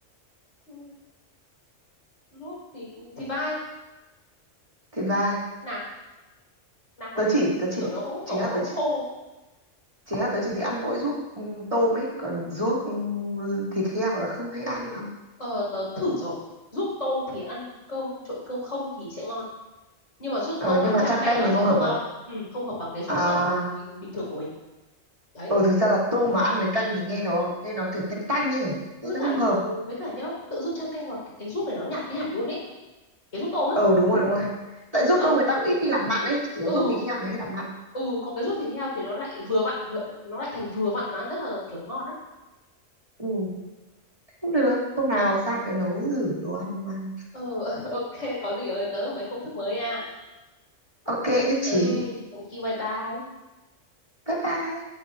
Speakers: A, on the left (about 85°); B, on the right (about 30°).
A: Ừ, ruốc thì ừ, thịt vai
B: thịt vai
A: nạc nạc mà
B: tớ chỉ tớ chỉ
A: kiểu nó cũng
B: chính
A: cỏ
B: là
A: nó
B: tớ
A: cũng
B: chỉ
A: khô
B: chính là tớ chỉ thích ăn mỗi ruốc ừ, tôm ấy còn ruốc ừ, thịt heo là không hay ăn lắm
A: ờ, tớ thử rồi ruốc tôm thì ăn cơm trộn cơm không thì sẽ ngon nhưng mà ruốc
B: ờ,
A: tôm
B: nhưng
A: mà chan
B: mà chan
A: canh
B: canh
A: vào
B: thì
A: sẽ
B: không hợp
A: không ngon
B: à
A: ừ, không hợp bằng cái ruốc
B: à
A: sợi bình thường của mình đấy
B: ờ thực ra là tôm mà ăn với canh thì nghe nó nghe nó kiểu tanh tanh ấy nhỉ nên
A: với
B: nó
A: cả
B: không hợp
A: với cả nhá tự dưng chan canh vào cái, cái ruốc này nó nhạt đi hẳn luôn ấy cái ruốc tôm á
B: ờ đúng rồi đúng rồi tại
A: chứ
B: ruốc
A: còn
B: tôm người ta cũng ít khi làm mặn ấy chỉ có
A: ừ
B: ruốc thịt heo mới hay làm mặn
A: ừ còn cái ruốc thịt heo thì nó lại vừa vặn vừa, nó lại thành vừa vặn mà ăn rất là kiểu ngon á
B: ừ không được hôm nào sang tớ nấu thử đồ ăn mà
A: ừ, <laughs> ok có gì ơi tớ mấy công thức mới nha
B: ok nhất
A: ừ,
B: trí
A: thank you bye bye
B: Bye bye.